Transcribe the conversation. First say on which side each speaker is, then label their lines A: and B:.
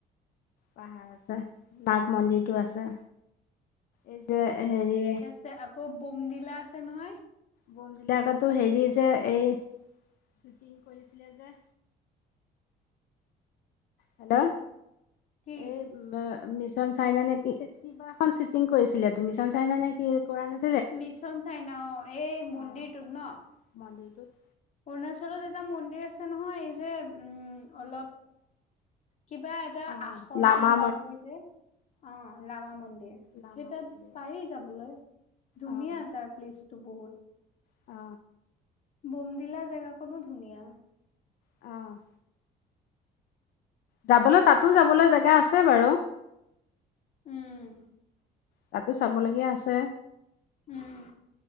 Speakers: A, on the left; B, on the left.
A: পাহাৰ আছে, নাগ মন্দিৰটো আছে এই যে হেৰি।
B: আ, আকৌ বমডিলা আছে নহয়।
A: বনবিলাকাতো হেৰি যে এই শুটিং কৰিছিলে যে। হেল্ল,
B: কি কি
A: এই। মিছন চাইনা নে কি কিবা এখন শ্বুটিং কৰিছিলে, তো মিছন চাইনা নে কি কৰা নাছিল।
B: মিছন চাই ন অ, এই মন্দিৰটোত
A: অ'
B: ন।
A: মন্দিৰটোত।
B: অৰুণাচলত এটা মন্দিৰ আছে নহয়। এই যে উম, অলপ কিবা। এটা
A: অ'
B: আখৰৰ
A: লামা
B: মন্দিৰ যে। অ, ৰামা মন্দিৰ,
A: লামা
B: সেই তাত
A: মন্দিৰ
B: পাৰি যাবলৈ ধুনীয়া
A: অ'
B: তাৰ প্লেচ। তো, বহুত।
A: অ,
B: বোমদিলা জেগাকনো ধুনীয়া।
A: অ, যাবলৈ, তাতো যাবলৈ জেগা আছে বাৰু।
B: উম,
A: তাতো, চাবলগীয়া আছে।
B: উম,